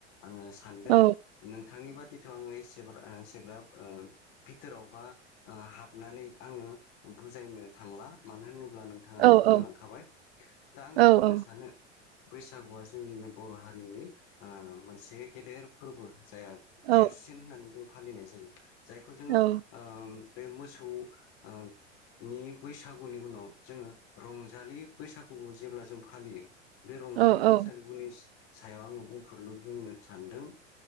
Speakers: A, on the left; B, on the right.
A: आङो सानदों!
B: औ
A: नोंथांनि बादिथ' आङो एसे सेग्राब ओ भिथोरावबा हाबनानै आङो बुजायनो थांला मानो होनोब्ला थाङा
B: औ औ
A: जालांखाबाय दा आङो
B: औ
A: बुंनो
B: औ
A: सानो। बैसागुआ जोंनिनो बर' हारिनि ओ मोनसे गेदेर फोरबो जायहा
B: औ
A: देरसिन होननानै जों फालिनाय जायो जायखौ जोङो
B: औ
A: ओ बे मोसौ ओ नि बैसागुनि उनाव जोङो रंजालि बैसागुखौ जेब्ला जों फालियो। बे रंजालि
B: औ
A: बैसागुनि
B: औ
A: सायाव आङो बुंफोरल' बुंनो सानदों।